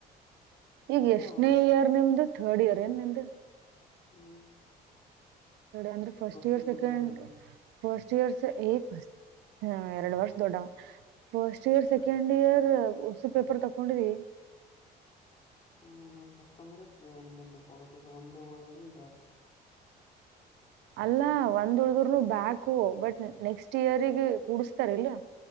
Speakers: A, on the right (about 80°); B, on the left (about 35°).
A: ಈಗ
B: ಏನೋ
A: ಎಷ್ಟನೇ
B: ಒಂದು
A: ಇಯರ್ ನಿಮ್ದು ಥರ್ಡ್ ಇಯರ್ ಏನ್ ನಿಂದ್.
B: ಹ್ಮ್
A: ಅಂದ್ರೆ ಫಸ್ಟ್
B: ಗೊತ್ತಿರ್ಲಿಲ್ಲ
A: ಇಯರ್ ಸೆಕೆಂಡ್
B: ನಾನ್
A: ಫಸ್ಟ್ ಇಯರ್ ಏಫಸ್ಟ್ ಹಾ ಎರಡು ವರ್ಷದೋಡ್ಡವ ಫಸ್ಟ್ ಇಯರ್ ಸೆಕೆಂಡ್ ಇಯರ್ ಹೊಸು ಪೇಪರ್ ತಕೊಂಡಿದವಿ
B: ಹ್ಮ್ ನಾವ್ ತಕಂದ್ರೆ ಕ್ ಮುಂದಕ್ ಹೋಗೋದಲ್ಲ ಒಂದೇ ಹೋದ್ ಬ್ಯಾಕ
A: ಅಲ್ಲಾ ಒಂದ ಉಳಿದರ್ನು ಬ್ಯಾಕು ಬಟ್ ನೆಕ್ಸ್ಟ್ ಇಯರ್ಗ ಕೂಡ್ಸ್ತಾರ ಇಲ್ಲಾ